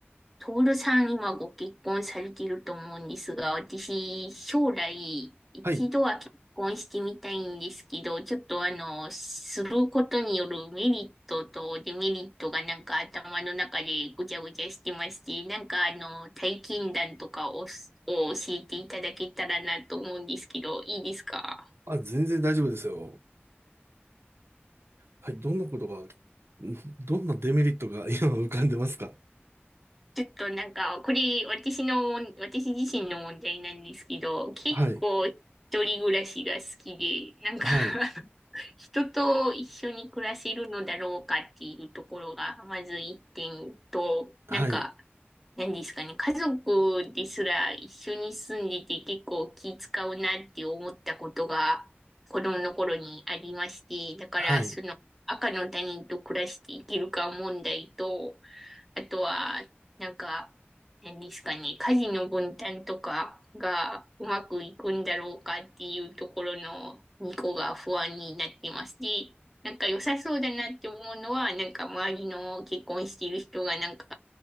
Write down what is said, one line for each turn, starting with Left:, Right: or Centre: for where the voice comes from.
Centre: トールさん今ご結婚されてると思うんですが、私将来一度は結婚してみたいんですけど、
Right: はい。
Centre: ちょっとあの、することによるメリットとデメリットがなんか頭の中でごちゃごちゃしてまして、なんかあの、体験談とかを、を教えていただけたらなと思うんですけど、いいですか
Right: あ、全然大丈夫ですよ。はい。どんなことが、んどんなデメリットが今浮かんでますか
Centre: ちょっとなんか、これ私の、私自身の問題なんですけど、結構一人暮らしが好きで、
Right: はい。
Centre: なんか
Right: はい。
Centre: <laughs> 人と一緒に暮らせるのだろうかっていうところが、まず一点と、
Right: はい。
Centre: なんか、何ですかね、家族ですら一緒に住んでて結構気使うなって思ったことが子供の頃にありまして、だからその赤の他人と暮らしていけるか問題と、
Right: はい。
Centre: あとは、なんか、何ですかね、家事の分担とかがうまくいくんだろうかっていうところの2個が不安になってます。で、なんか良さそうだなって思うのは、なんか周りの結婚している人がなんか